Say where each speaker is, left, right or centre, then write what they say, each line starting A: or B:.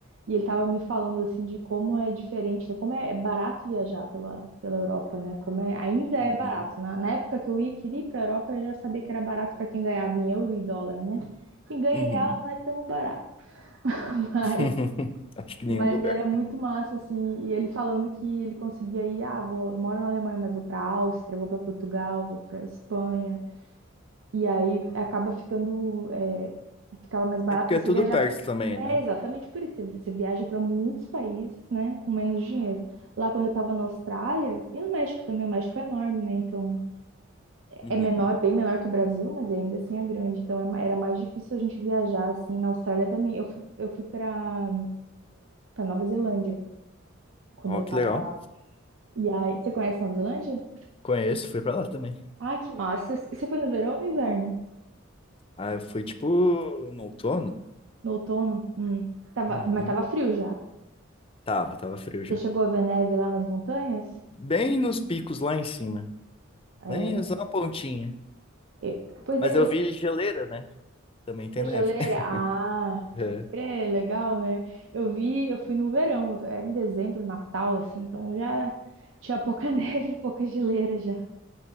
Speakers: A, on the right; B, on the left.
A: e ele tava me falando assim de como é diferente, né, como é é barato viajar pela, pela Europa, né? Como é, ainda é
B: Uhum.
A: barato. Na, na época que eu ia, queria ir pra Europa, eu já sabia que era barato para quem ganhava em euro e dólar, né? Quem ganha
B: Uhum.
A: em real não é tão barato, <laughs> mas
B: <laughs> Acho que nenhum
A: mas
B: lugar.
A: era muito massa assim, e ele falando que ele conseguia ir, ah, vou, moro na Alemanha, mas vou pra Áustria, vou para Portugal, vou para Espanha. E aí acaba ficando, é, ficava mais barato
B: É porque
A: você
B: é tudo
A: viajar.
B: perto também,
A: É
B: né?
A: exatamente por isso. Você, você viaja para muitos países, né, com menos dinheiro. Lá quando eu estava na Austrália e no México também, o México é enorme, né? Então
B: Uhum.
A: é menor, bem menor que o Brasil, mas ainda assim é grande. Então é ma- era mais difícil a gente viajar assim. Na Austrália também. Eu fui, eu fui para para Nova Zelândia quando
B: Ó,
A: eu estava
B: que legal.
A: lá. E aí, você conhece Nova Zelândia?
B: Conheço, fui pra lá também.
A: Ah, que massa. Você foi no verão ou no inverno?
B: Ah, eu fui tipo no outono?
A: No outono? Hum. Tava,
B: Uhum.
A: mas tava frio já.
B: Tava, tava frio já.
A: Você chegou a ver neve lá nas montanhas?
B: Bem nos picos lá em cima.
A: É.
B: Bem só a pontinha.
A: eu- pois
B: Mas
A: é,
B: eu
A: eu
B: vi geleira, né? Também
A: fui
B: tem
A: essa
B: neve.
A: geleira.
B: <laughs>
A: Ah,
B: Uhum.
A: pode crer, legal, né? Eu vi, eu fui no verão, era em dezembro, Natal, assim, então já tinha pouca <laughs> neve, pouca geleira já.